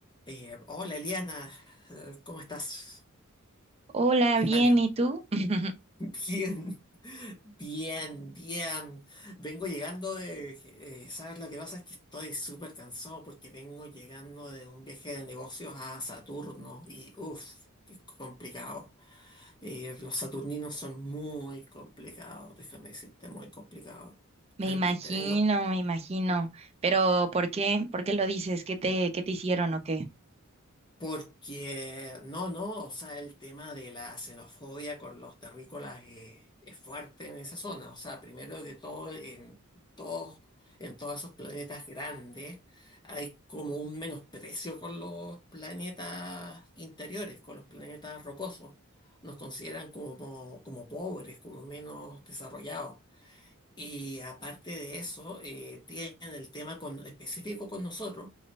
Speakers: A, on the left; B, on the right.
A: Eh, hola Eliana, Eh, ¿cómo estás?
B: Hola, bien,
A: Ivana,
B: ¿y tú? <laughs>
A: <laughs> bien, bien, bien. Vengo llegando de... eh, ¿sabes lo que pasa? Es que estoy súper cansado porque vengo llegando de un viaje de negocios a Saturno y uff, qué complicado. Eh, los saturninos son muy complicados, déjame decirte, muy complicados.
B: <clears throat> Me
A: Realmente
B: imagino,
A: vengo.
B: me imagino. Pero ¿por qué? ¿Por qué lo dices? ¿Qué te, qué te hicieron o qué?
A: Porque, no, no, o sea, el tema de la xenofobia con los terrícolas eh, es fuerte en esa zona. O sea, primero de todo, en todos, en todos esos planetas grandes hay como un menosprecio con los planetas interiores, con los planetas rocosos. Nos consideran como, como pobres, como menos desarrollados. Y aparte de eso, eh, tienen el tema con- específico con nosotros,